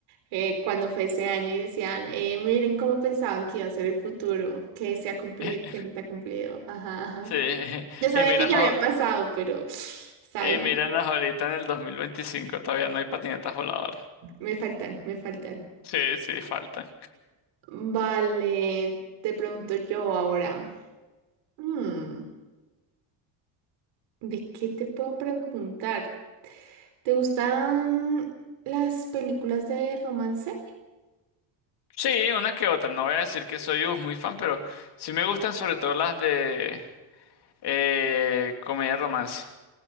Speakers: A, on the right; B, on the left.
A: eh, cuando fue ese año y decían, eh, miren cómo pensaban que iba a ser el futuro, que se ha cumplido,
B: <laughs>
A: que no se ha cumplido. Ajá, ajá.
B: Sí, <laughs>
A: Yo sabía
B: y míranos,
A: que ya había pasado, pero sabes,
B: y míranos ahorita en el 2025 todavía no hay patinetas voladoras.
A: me faltan, me faltan.
B: Sí, sí, faltan.
A: Vale, te pregunto yo ahora. Mm, ¿de qué te puedo preguntar? ¿Te gustan las películas de romance?
B: Sí, una que otra, no voy a decir que soy uf, muy fan, pero sí me gustan sobre todo las de eh, comedia romance.